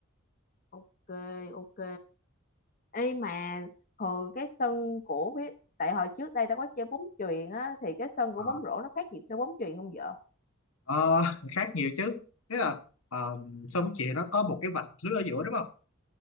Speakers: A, on the left; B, on the left.
A: ok ok Ê mà thường cái sân của ví- tại hồi trước đây tao có chơi bóng chuyền á thì cái sân của
B: ờ
A: bóng rổ nó khác gì chơi bóng chuyền không vợ?
B: Ờ, khác nhiều chứ thế là ờ, xong chị nó có một cái vạch lưới ở giữa đúng không